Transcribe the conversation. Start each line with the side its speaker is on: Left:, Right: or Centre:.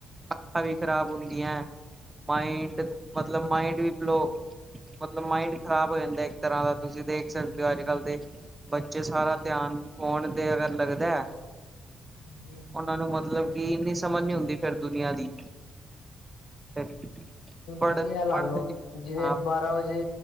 Right: ਅੱਖਾਂ ਵੀ ਖ਼ਰਾਬ ਹੁੰਦੀਆਂ ਮਾਈਂਡ, ਮਤਲਬ ਮਾਇਂਡ ਵੀ ਬਲੋ ਮਤਲਬ ਮਾਇੰਡ ਖ਼ਰਾਬ ਹੋ ਜਾਂਦਾ ਇੱਕ ਤਰ੍ਹਾਂ ਦਾ, ਤੁਸੀਂ ਦੇਖ ਸਕਦੇ ਹੋ ਅੱਜ ਕੱਲ੍ਹ ਦੇ ਬੱਚੇ ਸਾਰਾ ਧਿਆਨ, ਫੋਣ ਤੇ ਅਗਰ ਲੱਗਦਾ
Left: ਹਾਂਜੀ-ਹਾਂਜੀ।
Right: ਉਹਨਾਂ ਨੂੰ ਮਤਲਬ ਕਿ, ਇੰਨੀ ਸਮਝ ਨਹੀਂੀ ਹੁੰਦੀ ਫਿਰ ਦੁਨੀਆਂ ਦੀ। ਤੇ
Left: ਹੁਣ
Right: ਪੜ੍ਹ
Left: ਤੁਸੀਂ ਇਹ ਲਾਲੋ,
Right: ਪੜ੍ਹਦੇ ਲਿਖ
Left: ਜਿਵੇਂ
Right: ਹਾਂ
Left: ਬਾਰਾਂ ਵਜੇ